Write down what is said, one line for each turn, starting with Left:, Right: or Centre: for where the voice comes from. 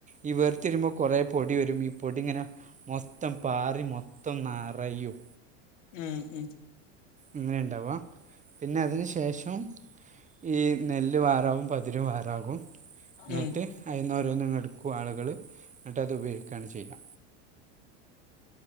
Right: ഈ വേർത്തിരുമ്പോൾ കൊറേ പൊടി വരും ഈ പൊടി ഇങ്ങനെ മൊത്തം പാറി മൊത്തം നറയും
Left: ഉം ഉം
Right: ഇങ്ങനെണ്ടാവാ പിന്നെ അതിന് ശേഷം ഈ നെല്ല് വാറാവും പതിര് വാറാകും എന്നിട്ട്
Left: ഉം
Right: അയിന്ന് ഓരോന്ന് എടുക്കും ആളുകൾ എന്നിട്ട് അത് ഉപയോഗിക്കുകയാണ് ചെയ്യാ